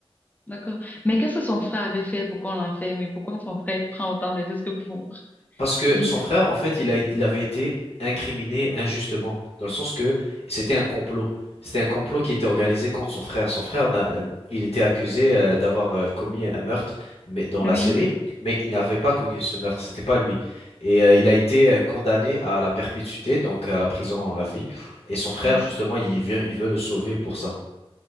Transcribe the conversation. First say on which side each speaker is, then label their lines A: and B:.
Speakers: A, on the left; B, on the left.
A: D'accord. Mais qu'est-ce que son frère avait fait pour qu'on l'enferme et pourquoi son frère prend autant de risques pour <laughs>
B: Parce que
A: libérer?
B: son frère, en fait, il a, il avait été incriminé injustement, dans le sens que c'était un complot. C'était un complot qui était organisé contre son frère. Son frère, n'a- euh, il était accusé euh, d'avoir euh, commis un meurtre mais, dans
A: Oui.
B: la série, mais il n'avait pas connu ce meurtre, c'était pas lui. Et euh, il a été euh, condamné à la perpétuité, donc à la prison à vie. Et son frère,
A: Oui.
B: justement, il vient, il veut le sauver pour ça.